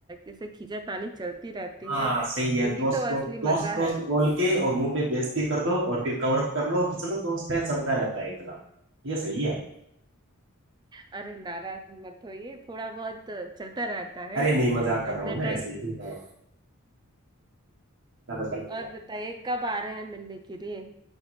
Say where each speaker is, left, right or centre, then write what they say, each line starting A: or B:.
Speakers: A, on the right; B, on the right.
A: ऐसे खींचातानी चलती रहती
B: हाँ
A: है
B: सही है
A: यही
B: दोस्त
A: तो
B: दोस्त
A: असली
B: दोस्त
A: मजा
B: दोस्त
A: है
B: बोल के और मुंह पे बेइज्जती कर दो और फिर कवर अप कर लो कि चलो दोस्त है चलता रहता है इतना ये सही है
A: अरे नाराज मत होइए थोड़ा बहुत चलता रहता है
B: अरे नहीं मजाक कर रहा
A: इतने
B: हूँ मैं
A: टाइम
B: ऐसे ही हाँ, नाराज वाली कोई
A: और
B: बात
A: बताइए कब आ रहे हैं मिलने के लिए